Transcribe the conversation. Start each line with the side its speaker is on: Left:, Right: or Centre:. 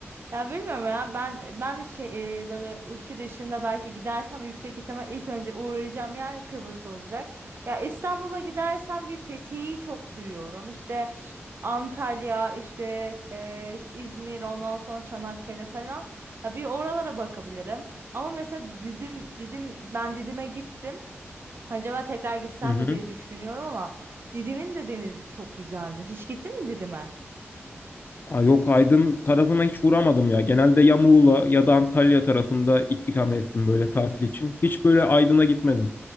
Right: Ya bilmiyorum ya ben ben de şey e, böyle ülke dışında belki gidersem yüksek ihtimal ilk önce uğrayacağım yer Kıbrıs olacak. Ya İstanbul'a gidersen bir Fethiye'yi çok duyuyorum. İşte Antalya, işte e, İzmir, ondan sonra Çanakkale falan. Ya bir oralara bakabilirim. Ama mesela Didim, Didim ben Didim'e gittim. Acaba tekrar gitsem
Left: Hı hı.
Right: mi diye düşünüyorum ama Didim'in de denizi çok güzeldi. Hiç gittin mi Didim'e?
Left: Aa, yok Aydın tarafına hiç uğramadım ya. Genelde ya Muğla ya da Antalya tarafında ik- ikamet ettim böyle tatil için. Hiç böyle Aydın'a gitmedim.